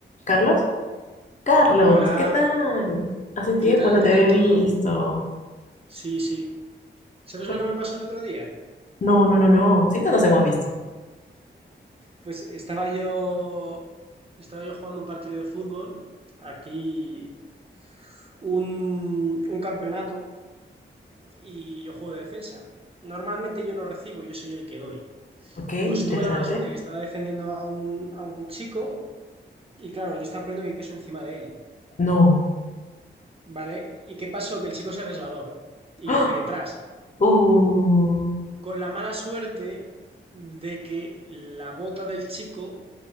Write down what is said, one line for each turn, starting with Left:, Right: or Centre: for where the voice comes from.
Left: ¿Carlos? Carlos,
Right: Hola,
Left: ¿qué tal? Hace tiempo
Right: ¿qué tal?
Left: no
Right: ¿Qué
Left: te
Right: tal
Left: había
Right: todo?
Left: visto.
Right: Sí, sí. ¿Sabes
Left: Por-
Right: lo que me pasó el otro día?
Left: No, no, no, no. Sí, no nos hemos visto.
Right: Pues estaba yo, estaba yo jugando un partido de fútbol, aquí un, un campeonato, y yo juego de defensa. Normalmente yo no recibo, yo soy el que doy.
Left: Ok, interesante.
Right: Pues tuve la mala suerte que estaba defendiendo a un, a un chico, y claro, yo estaba poniendo mi peso encima de él,
Left: No.
Right: ¿vale? ¿Y qué pasó? Que el chico se resbaló, y
Left: ¡Ah!
Right: yo fui detrás.
Left: Uh,
Right: Con la mala suerte de que la bota del chico